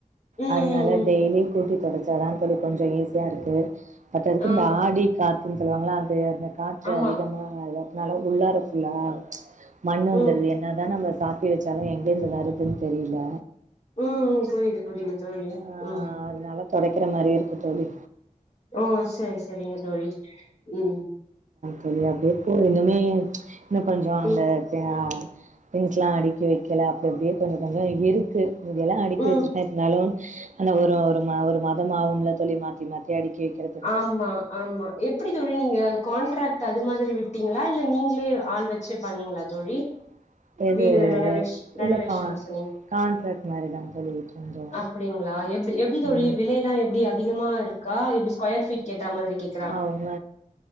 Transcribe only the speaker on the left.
ம்
ம் ம்
ஆ
ஆமா
ம்
உம் ம் புரியுது புரியுது தோழி
ம்
உ சரி சரிங்க தோழி உம்
ம்
ம்
ஆம்மா ஆமா எப்டி தோழி நீங்க கான்ட்ராக்ட் அது மாதிரி விட்டீங்களா இல்ல நீங்களே ஆள் வச்சு பண்ணீங்ளா தோழி
வீடு ரெணவேஷ்
ரெணவேஷன்னு
சொன்னிங்
அப்டிங்ளா எப் எப்டி தோழி
விலை எல்லா எப்டி அதிகமா இருக் கா எப்டி ஸ்கொயர்பீட் கேத்த மாரி கேக்